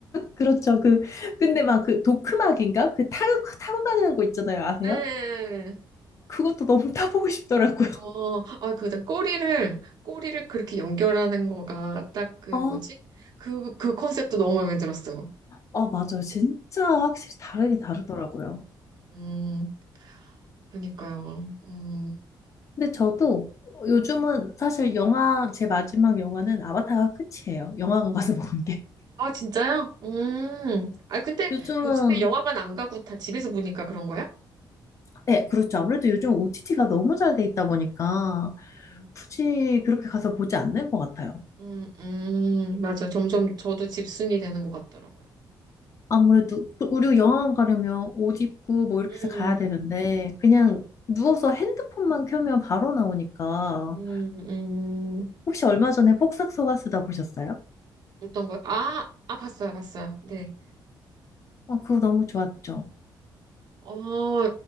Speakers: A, on the left (about 40°); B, on the right (about 55°).
A: 그렇죠 그 근데 막 그 도크막인가 그 타고 타고 다니는 거 있잖아요 아세요?
B: 네.
A: 그것도 너무 타보고 싶더라고요.
B: 어, 아, 그 꼬리를 꼬리를 그렇게 연결하는 거가 딱 그
A: 아,
B: 뭐지? 그 그 컨셉도 너무 마음에 들었어요.
A: 아 맞아요 진짜 확실히 다르긴 다르더라고요.
B: 음, 그러니까요. 음.
A: 근데 저도 요즘은 사실 영화, 제 마지막 영화는 아바타가 끝이에요. 영화관 가서 본 게.
B: 아, 진짜요? 음. 아,
A: <laughs>
B: 근데
A: 요즘은,
B: 요즘에 영화관 안 가고 다 집에서 보니까 그런 거야?
A: 네, 그렇죠. 아무래도 요즘 OTT가 너무 잘 돼 있다 보니까
B: 네.
A: 굳이 그렇게 가서 보지 않는 것 같아요.
B: 음, 음, 맞아. 점점 저도 집순이 되는 것 같더라고요.
A: 아무래도, 그- 우리 영화관 가려면 옷 입고 뭐 이렇게
B: 음,
A: 해서 가야 되는데, 그냥 누워서 핸드폰만 켜면 바로 나오니까.
B: 음, 음.
A: 혹시 얼마 전에 폭삭 속가수다 보셨어요?
B: 어떤 거요? 아, 아, 봤어요, 봤어요. 네.
A: 어, 그거 너무 좋았죠.
B: 어,